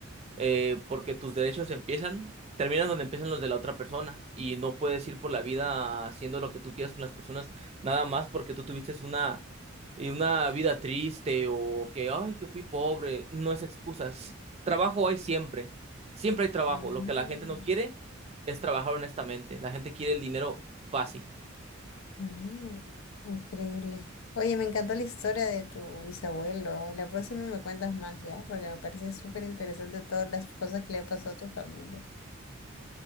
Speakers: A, on the right (about 30°); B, on the left (about 80°).
A: eh, porque tus derechos empiezan, terminan donde empiezan los de la otra persona y no puedes ir por la vida haciendo lo que tú quieras con las personas nada más porque tú tuviste una, y una vida triste o que, ay, que fui pobre, no es excusa. Si- Trabajo hay siempre, siempre hay trabajo.
B: mm.
A: Lo que la gente no quiere es trabajar honestamente. La gente quiere el dinero fácil.
B: Mm, increíble. Oye, me encantó la historia de tu bisabuelo. La próxima me cuentas más, ¿ya? Porque me parece súper interesante todas las cosas que le pasó a tu familia.